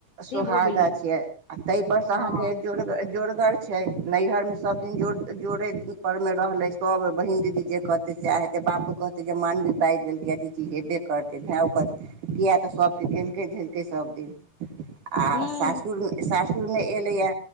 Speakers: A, on the right; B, on the left.
A: सुहागा
B: से भऽ गेलै
A: छियै आ तै पर से
B: हँ
A: अहाँके जोड़गअ जोड़गर छै नैहरमे सब दिन जोड़ जोड़े जुकर मे रहलै सब बहिन दीदी एकर से साहए हेतै बापो कहतै जे मान जे बाजि दैलकै कि हेबे करतै भाय ओकर किए तऽ सभकेँ केलकै धेलकै सभदिन आ
B: हूँ
A: सासुरमे सासुर कियौ नै एलेया